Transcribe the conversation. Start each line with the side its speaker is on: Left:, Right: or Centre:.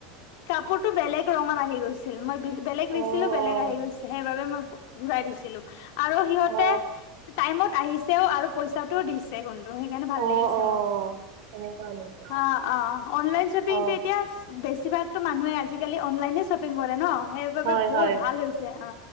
Left: কাপোৰটো বেলে বেলেগ ৰঙত আহি গৈছিল মই ভি বেলেগ দিছিলো
Right: অ
Left: বেলেগ
Right: অ
Left: আহি গৈছে সেইবাবে মই ঘূ ঘূৰাই দিছিলো আৰু সিহঁতে
Right: অ
Left: টাইমত আহি তেওঁ আৰু পইচাটোও দিছে আৰু সেইকাৰণে ভাল
Right: অ
Left: লাগিছে
Right: অ
Left: মো।
Right: সেনেকুৱা নেকি
Left: অ অ অনলাইন শ্বপিঙটো
Right: অ
Left: এতিয়া বেছিভাগতো মানুহে আজিকালি অনলাইনে শ্বপিং কৰে ন সেইবাবে
Right: হয়
Left: বৰ
Right: হয়
Left: ভাল হৈছে অ